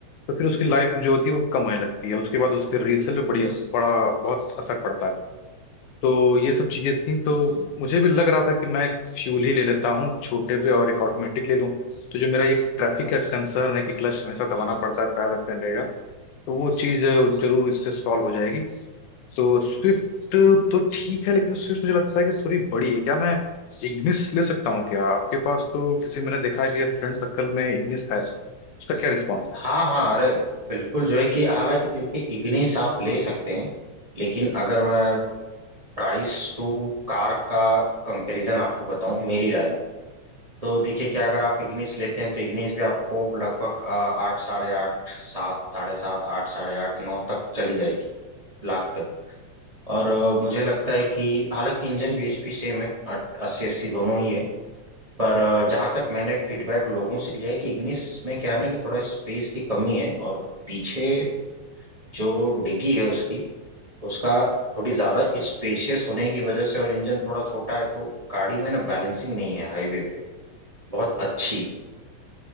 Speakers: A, on the left (about 85°); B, on the right (about 45°).
A: तो फिर उसकी लाइफ जो होती है वो कम होने लगती है उसके बाद उसके रीसेल पे बड़ी बड़ा बहुत असर पड़ता है तो ये सब चीजें थी तो मुझे भी लग रहा था कि मैं एक फ्यूल ही ले लेता हूँ छोटे पे और एक ऑटोमेटिक ले लूँ तो जो मेरा ये ट्रैफिक का कंसर्न है कि क्लच हमेशा दबाना पड़ता है पैर रखते रहेगा तो वो चीज जरूर इससे सॉल्व हो जाएगी तो स्विफ्ट तो ठीक है लेकिन स्विफ्ट मुझे लगता है कि थोड़ी बड़ी है क्या मैं इग्निस ले सकता हूँ क्या आपके पास तो किसी मैंने देखा है कि फ्रेंड सर्कल में इग्निस है उसका क्या रिस्पॉन्स
B: हाँ हाँ अरे बिल्कुल जो है कि हालांकि देखिए इग्निस आप ले सकते हैं लेकिन अगर मैं प्राइस टू कार का कंपैरिजन आपको बताऊं मेरी राय में तो देखिए क्या अगर आप इग्निस लेते हैं तो इग्निस भी आपको लगभग अ, आठ साढ़े आठ सात साढ़े सात आठ साढ़े आठ नौ तक चली जाएगी लाख तक और अ, मुझे लगता है कि हालांकि इंजन bhp सेम है आठ- अस्सी अस्सी दोनों ही है पर अ, जहां तक मैंने फीडबैक लोगों से लिया है कि इग्निस में क्या है ना कि थोड़ा स्पेस की कमी है और पीछे जो डिग्गी है उसकी उसका थोड़ी ज्यादा स्पेशियस होने की वजह से और इंजन थोड़ा छोटा है तो गाड़ी में ना बैलेंसिंग नहीं है हाईवे पे बहुत अच्छी